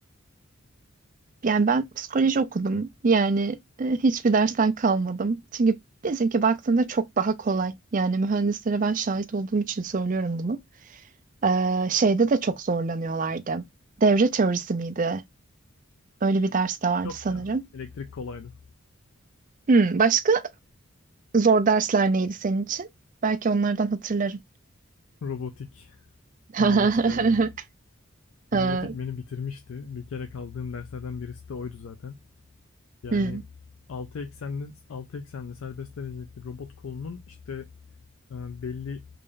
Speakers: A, on the right (about 40°); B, on the left (about 75°).
A: yani ben psikoloji okudum. Yani e, hiçbir dersten kalmadım. Çünkü bizimki baktığında çok daha kolay. Yani mühendislere ben şahit olduğum için söylüyorum bunu. Ee, şeyde de çok zorlanıyorlardı. Devre teorisi miydi? Öyle bir ders de vardı
B: Yok
A: sanırım.
B: ya. Elektrik kolaydı.
A: Hmm, başka zor dersler neydi senin için? Belki onlardan hatırlarım.
B: Robotik.
A: <laughs>
B: Robotik abi.
A: Ee,
B: Robotik beni bitirmişti. Bir kere kaldığım derslerden birisi de oydu zaten. Yani
A: hmm.
B: 6 eksenli 6 eksenli serbest derecelikli robot kolunun işte e, belli